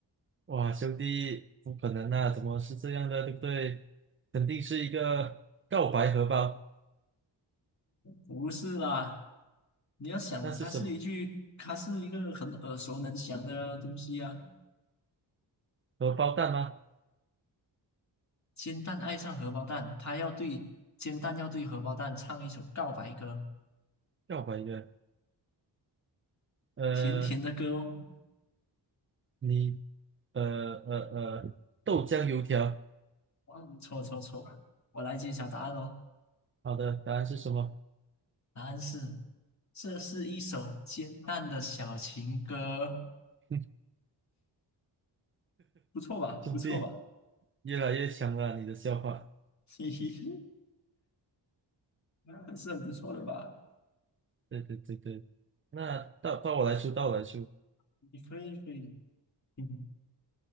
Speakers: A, on the right; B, on the left.
A: 哇，兄弟，不可能啊，怎么是这样的，对不对？肯定是一个告白荷包，
B: 不是啦，你要想，
A: 那是什么？
B: 它是一句，它是一个很耳熟能详的东西啊。
A: 荷包蛋吗？
B: 煎蛋爱上荷包蛋，他要对煎蛋要对荷包蛋唱一首告白歌，
A: 告白的，呃，
B: 甜甜的歌哦。
A: 你，呃呃呃，豆浆油条，
B: 哇错错错，我来揭晓答案哦。
A: 好的，答案是什么？
B: 答案是，这是一首煎蛋的小情歌，
A: <laughs>
B: 不错吧？
A: 兄弟，
B: 不错吧？
A: 越来越强了啊，你的笑话。
B: <laughs> 嘿嘿嘿，还是很不错的吧？
A: 对对对对，那到到我来说，到我来说，
B: 你可以可以，<laughs>